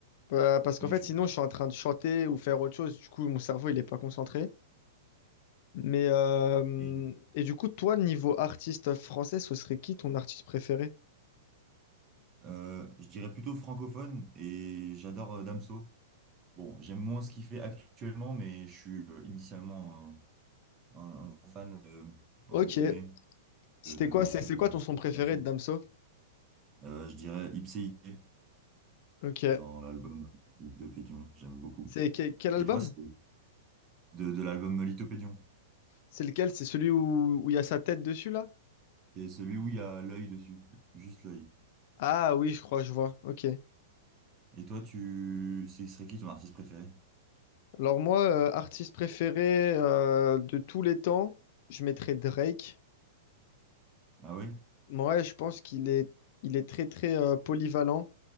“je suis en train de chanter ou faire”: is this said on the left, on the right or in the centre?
Left